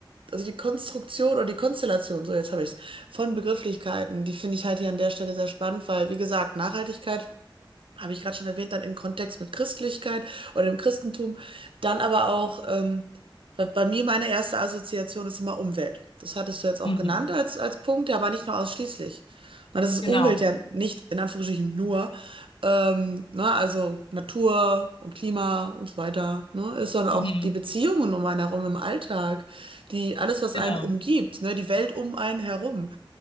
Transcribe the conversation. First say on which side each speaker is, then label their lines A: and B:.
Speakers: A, on the right; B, on the left.
A: also die Konstruktion oder die Konstellation, so jetzt habe ich es, von Begrifflichkeiten, die finde ich halt hier an der Stelle sehr spannend, weil, wie gesagt, Nachhaltigkeit habe ich gerade schon erwähnt, dann im Kontext mit Christlichkeit oder im Christentum. Dann aber auch, ähm, weil bei mir meine erste Assoziation ist immer Umwelt. Das hattest du jetzt auch
B: Mhm.
A: genannt als, als Punkt, ja, aber nicht nur ausschließlich. Na, das ist
B: Genau.
A: Umwelt ja nicht in Anführungsstrichen nur, ähm, ne, also Natur und Klima und so weiter, ne, ist sondern
B: Mhm,
A: auch die Beziehungen um einen herum im Alltag, die alles, was
B: genau.
A: einen umgibt, ne, die Welt um einen herum.